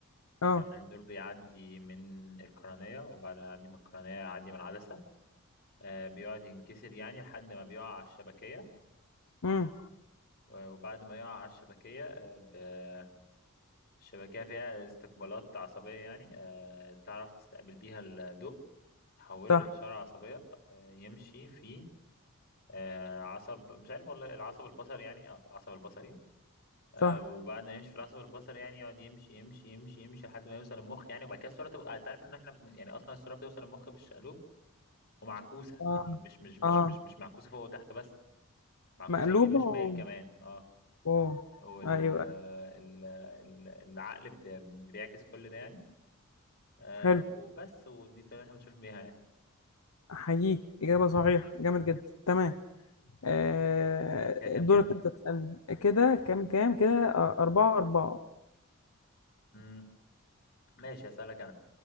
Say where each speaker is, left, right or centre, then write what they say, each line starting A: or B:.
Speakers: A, on the left; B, on the left.
A: آه
B: آه، النور بيعدي من القرنية وبعد ما يعدي من القرنية يعدي من العدسة آه، بيقعد ينكسر يعني لحد ما بيقع على الشبكية
A: امم
B: آه، وبعد ما يقع على الشبكية آه، ب- الشبكية فيها استقبالات عصبية يعني آه، تعرف تستقبل بيها الضوء تحوله
A: صح
B: لإشارة عصبية آه، يمشي فيه آه، عصب مش عارف والله العصب البصري يعني اه العصب البصري آه،
A: صح
B: وبعد ما يمشي في العصب البصري يعني يقعد يمشي يمشي يمشي يمشي لحد ما يوصل المخ يعني وبعد كده الصورة تبقى انت عارف ان احنا بن- يعني اصلا الصورة بتوصل المخ بالشقلوب ومعكوسة
A: آه
B: يعني مش مش مش
A: آه
B: مش مش معكوسة فوق وتحت بس معكوسة
A: مقلوبة
B: يمين وشمال
A: و...
B: كمان اه
A: أوه.
B: وال
A: أيوة
B: آه، ال- ال- العقل بي- بيعكس كل ده يعني آه
A: حلو
B: وبس ودي الطريقة اللي احنا بنشوف بيها يعني
A: أحييك إجابة صحيحة جامد جدا تمام آه...
B: كده كام
A: دورك
B: كام
A: أنت تسألني كده كام كام كده آه، أربعة أربعة
B: مم. ماشي اسألك انا